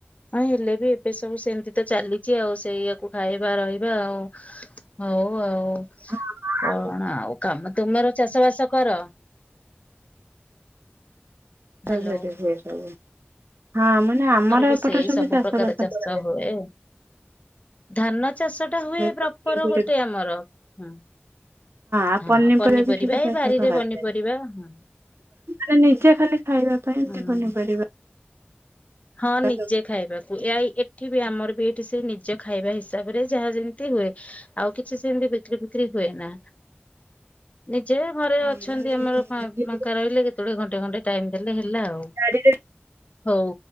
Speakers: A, on the left; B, on the right.
A: ହେଲେ ବି ଏବେ ସବୁ ସେମିତି ତ ଚାଲିଛି ଆଉ ସେଇୟାକୁ ଖାଇବା ରହିବା ଆଉ ହଉ ଆଉ।
B: ହଁ
A: କଣ ଆଉ କାମ ତୁମର ଚାଷ ବାସ କର? ହ୍ୟାଲୋ
B: ହଁ ସେଠି ସିଏ ସବୁ ହଁ ମାନେ ଆମର
A: ବି
B: ଏପଟେ
A: ସେଇ
B: ସବୁ ଚାଷ
A: ପ୍ରକାର
B: ବାସ କରଯାଏ।
A: ହୁଏ ଧାନ ଚାଷ ଟା ହୁଏ ପ୍ରପର
B: ପନିପରିବା
A: ଗୋଟେ ଆମର ହୁଁ।
B: ଆଉ
A: ହଁ ପନିପରିବା
B: ବି ସବୁ ଚାଷ
A: ଏଇ ବାରିରେ
B: କରାଯାଏ
A: ପନିପରିବା ହଁ।
B: ମାନେ ନିଜେ ଖାଲି ଖାଇବା ପାଇଁ ଏମତି
A: ହୁଁ
B: ପନିପରିବା।
A: ହଁ ନିଜେ
B: ସବୁ
A: ଖାଇବାକୁ ଏଇ ଏଠି ବି ଆମର ବି ଏଇଠି ସେଇ ନିଜ ଖାଇବା ହିସାବରେ ଯାହା ଯେମିତି ହୁଏ ଆଉ କିଛି ସେମିତି ବିକ୍ରି ବିକ୍ରି ହୁଏନା ନି ଯେ ଘରେ
B: ନାଇଁ
A: ଅଛନ୍ତି
B: ମାନେ
A: ଆମର ଫାଙ୍କା ରହିଲେ କେତେବେଳେ ଘଣ୍ଟେ ଘଣ୍ଟେ ଟାଇମ୍ ଦେଲେ ହେ ହେଲା ଆଉ
B: ବାଡିରେ
A: ହଉ।